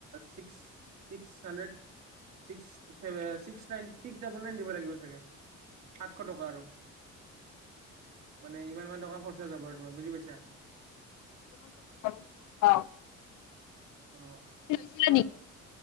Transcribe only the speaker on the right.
six six hundred six seven six nine six double nine দিব লাগিব চাগে এশ টকা আৰু মানে ইমানমান টকা খৰচা যাব আৰু তোমাৰ বুজি পাইছা?
অ
ত